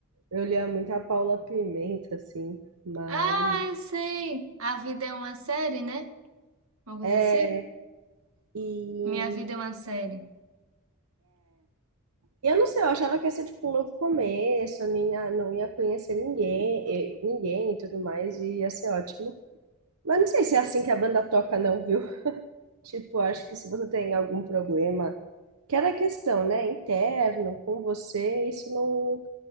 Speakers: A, on the right; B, on the right.
A: Eu lia muito a Paula Pimenta, assim, mas.
B: Ah, eu sei. A vida é uma série, né? Uma coisa
A: é é,
B: assim?
A: E
B: Minha vida é uma série.
A: eu não sei, eu achava que ia ser tipo um novo começo, eu nem ia- não ia conhecer ninguém, eh, ninguém e tudo mais, e ia ser ótimo. Mas não sei se é assim que a banda toca, não, viu? <laughs> Tipo, acho que se você tem algum problema, que era questão, né, interno, com você, isso não